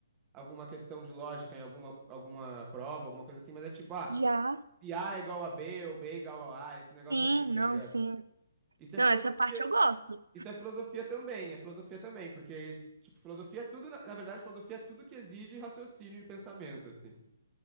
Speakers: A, on the right (about 20°); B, on the right (about 75°).
A: alguma questão de lógica em alguma, alguma prova, alguma coisa assim, mas é tipo, ah,
B: Já.
A: se A é igual a B ou B é igual a A, esse negócio
B: Sim,
A: assim,
B: não,
A: tá ligado?
B: sim.
A: Isso é
B: Não,
A: filosofia,
B: essa parte eu gosto.
A: isso é filosofia também, é filosofia também, porque, tipo, filosofia é tudo, na, na verdade, filosofia é tudo que exige raciocínio e pensamento, assim.